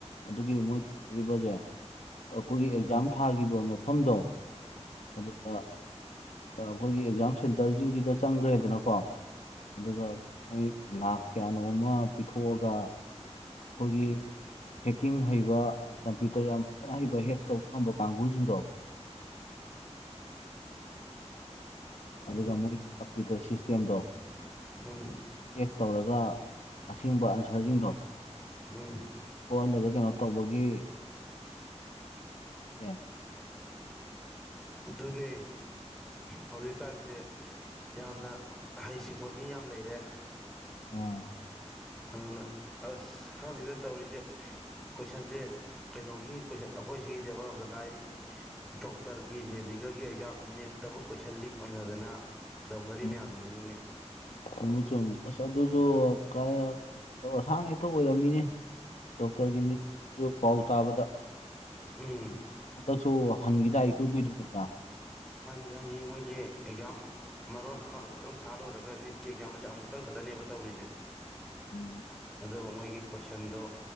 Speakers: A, on the left (about 80°); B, in the centre.
A: ꯑꯗꯨꯒꯤ ꯃꯣꯏꯧꯔꯤꯕꯁꯦ ꯑꯩꯈꯣꯏꯒꯤ ꯑꯦꯛꯖꯥꯝ ꯊꯥꯈꯤꯕ ꯃꯐꯝꯗꯣ ꯑꯗꯨꯒ ꯑꯩꯈꯣꯏꯒꯤ ꯑꯦꯛꯖꯥꯝ ꯁꯦꯟꯇꯔꯁꯤꯡꯁꯤꯗ ꯆꯪꯈ꯭ꯔꯦꯗꯅꯀꯣ ꯑꯗꯨꯒ ꯃꯣꯏ ꯂꯥꯈ ꯀꯌꯥꯅꯣ ꯑꯃ ꯄꯤꯊꯣꯛꯑꯒ ꯑꯩꯈꯣꯏꯒꯤ ꯍꯦꯛꯀꯤꯡ ꯍꯩꯕ ꯀꯝꯄ꯭ꯌꯨꯇꯔ ꯌꯥꯝ ꯐꯖꯅ ꯍꯩꯕ ꯍꯦꯛ ꯇꯧꯕ ꯉꯝꯕ ꯀꯥꯡꯕꯨꯁꯤꯡꯗꯣ ꯑꯗꯨꯒ
B: ꯎꯝ
A: ꯃꯣꯏ ꯀꯝꯄꯨꯇꯔ ꯇꯦꯝꯗꯣ
B: ꯍꯝ
A: ꯆꯦꯛ ꯇꯧꯔꯒ ꯑꯁꯦꯡꯕ ꯑꯟꯁꯔꯁꯤꯡꯗꯣ
B: ꯍꯝ
A: ꯑꯣꯣꯜꯂꯒ ꯀꯩꯅꯣ ꯇꯧꯕꯒꯤ ꯎꯝ
B: ꯑꯗꯨꯅꯦ ꯍꯧꯖꯤꯛꯀꯥꯟꯁꯦ ꯌꯥꯝꯅ ꯍꯩꯁꯤꯡꯕ ꯃꯤ ꯌꯥꯝ ꯂꯩꯔꯦ
A: ꯑꯣ
B: ꯑꯗꯨꯅ ꯑꯁ ꯈꯪꯉꯤꯗ ꯇꯧꯔꯤꯁꯦ ꯀꯣꯏꯁꯟꯁꯦ ꯀꯩꯅꯣꯒꯤ ꯀꯣꯏꯁꯟ ꯑꯩꯈꯣꯏ ꯁꯤꯒꯤꯗꯤ ꯑꯃꯔꯣꯝꯗ ꯂꯥꯏꯔꯤ ꯗꯣꯛꯇꯔꯒꯤ ꯃꯦꯗꯤꯀꯦꯜꯒꯤ ꯑꯦꯛꯖꯥꯝ ꯅꯅꯤꯠꯇꯕ ꯀꯣꯏꯁꯟ ꯂꯤꯛ ꯑꯣꯏꯅ ꯗꯅ ꯗꯧꯅꯔꯤ
A: ꯎꯝ
B: ꯃꯌꯥꯝ ꯂꯩꯅꯤꯅꯦ
A: ꯆꯨꯝꯃꯤ ꯆꯨꯝꯃꯤ ꯑꯁ ꯑꯗꯨꯁꯨ ꯀꯥꯏꯁꯥꯡꯅꯛꯇ ꯑꯣꯏꯔꯝꯃꯤꯅꯦ ꯗꯣꯛꯇꯔꯒꯤ ꯃꯤ ꯄꯥꯎ ꯇꯥꯕꯗ
B: ꯎꯝ
A: ꯍꯟꯗꯛꯁꯨ ꯍꯟꯈꯤꯗꯥꯏ ꯏꯀꯨꯏ ꯀꯨꯏꯗ꯭ꯔꯤꯉꯩꯗ
B: ꯍꯥꯟꯖꯤꯡ ꯃꯣꯏꯒꯤ ꯑꯦꯛꯖꯥꯝ ꯃꯔꯣꯟ ꯑꯃꯨꯛꯇꯪ ꯊꯥꯂꯨꯔꯒ ꯅꯤꯠꯀꯤ ꯑꯦꯛꯖꯥꯝ ꯑꯁꯦ ꯑꯃꯨꯛꯇꯪ ꯈꯛꯇꯅꯦꯕ ꯇꯧꯔꯤ ꯄꯤꯖ
A: ꯎꯝ
B: ꯑꯗꯨꯕꯨ ꯃꯣꯏꯒꯤ ꯀꯣꯏꯁꯟꯗꯣ